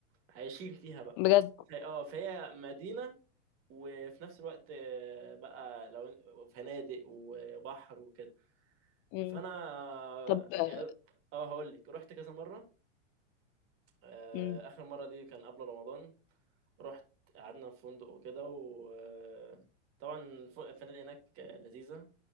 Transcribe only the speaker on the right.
عايشين فيها ف-
اه فهي مدينة وفي نفس الوقت آه، بقى لو فنادق وبحر وكده
فانا آه،
يعني اه هقول لك رحت كذا مرة آه،
اخر مرة دي كان قبل رمضان رحت قعدنا في فندق وكده وطبعا الفنادق هناك آه، لذيذة